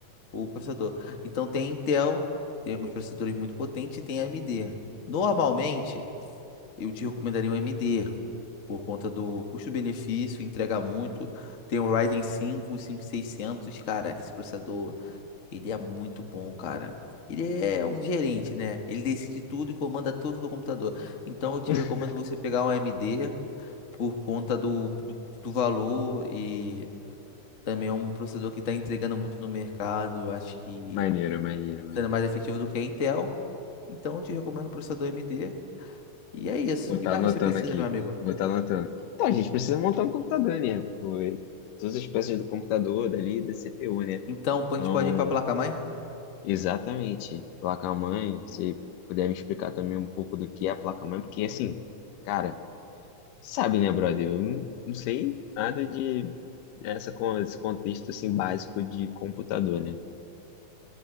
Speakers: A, on the left; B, on the left.
A: o processador. Então tem a Intel, tem alguns processadores muito potentes e tem a AMD. Normalmente eu te recomendaria um MD, por conta do custo-benefício, entrega muito. Tem o Ryzen 5, seiscentos, cara, esse processador, ele é muito bom, cara. Ele é um gerente, né? Ele decide tudo e comanda tudo do computador. Então eu te
B: <laughs>
A: recomendo você pegar um AMD por conta do, do, do valor e também é um processador que está entregando muito no mercado. Eu acho que
B: Maneiro, maneiro, maneiro.
A: sendo mais efetivo do que a Intel. Então eu te recomendo o processador AMD. E é isso.
B: Vou
A: O
B: estar
A: que mais
B: anotando
A: você precisa,
B: aqui.
A: meu amigo?
B: Vou estar anotando. Então, a gente precisa montar um computador, né? Pô, Todas as peças do computador, dali, da CPU, né?
A: Então,
B: Então,
A: a gente pode ir para a placa-mãe?
B: exatamente. Placa-mãe, se puder me explicar também um pouco do que é a placa-mãe, porque assim, cara, sabe, né, brother? Eu não não sei nada de essa, con- esse contexto assim básico de computador, né?